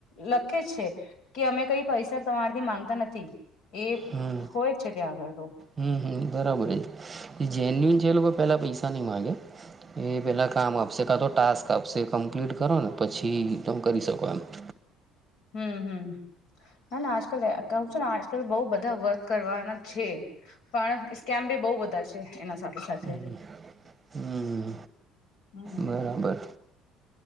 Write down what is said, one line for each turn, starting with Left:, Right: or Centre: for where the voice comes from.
Left: લખે છે કે અમે કઈ પૈસા તમારી થી માંગતા નથી એ
Right: હમ્મ
Left: હોય જ છે ત્યાં આગળ તો
Right: હમ્મ હમ્મ બરાબર એ એ જેન્યુન છે એ લોકો પહેલાં પૈસા નહીં માગે એ પહેલાં કામ આપશે કાં તો ટાસ્ક આપશે કમ્પ્લીટ કરો ને પછી તમે કરી શકો એમ <inaudible>
Left: હમ હમ ના ના આજકાલ કવ છું ને આજકાલ બોવ બધા વર્ક કરવાના છે, પણ સ્કેમ બી બોવ બધા છે, એના સાથ સાથે
Right: હમ. હમ.
Left: હમ
Right: બરાબર.
Left: હમ